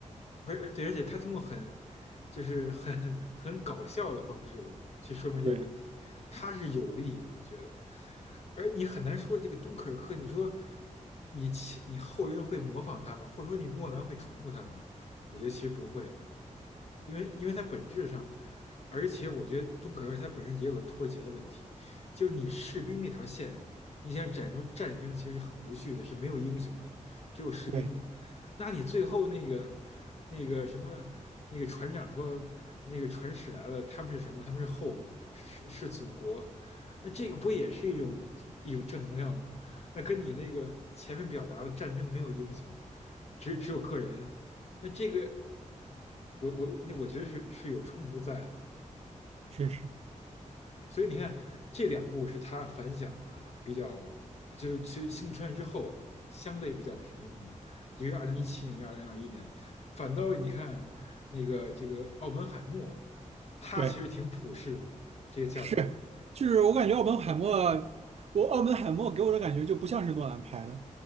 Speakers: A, on the left; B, on the right.
A: 不是对，而且他通过很就是很很搞笑的方式吧，去说明这个问题，
B: 对
A: 他是有利的，我觉得。而你很难说这个东可克，你说你你后人会模仿他吗？或者说你诺兰会重复他吗？我觉得其实不会的。因为因为它本质上，而且我觉得中可瑞它本身也有个脱节的问题，就是你士兵那条线，你想展出战争其实是很无序的，是没有英雄的，只有士兵的。
B: 对，
A: 那你最后那个那个什么那个船长说那个船驶来了，他们是什么？他们是 home，是是是祖国。那这个不也是一种一种正能量吗？那跟你那个前面表达的战争没有英雄，只只有个人，那这个我我我那我觉得是是有冲突在的，
B: 确实
A: 所以你看这两部是他反响啊比较，就去《星际穿越之后相对比较平庸的，一个是二零一七年，一个二零二一年，反倒你看那个这个奥本海默，他其实挺普世的这个价值观，
B: 对。是，就是我感觉奥本海默，我奥本海默给我的感觉就不像是诺兰拍的，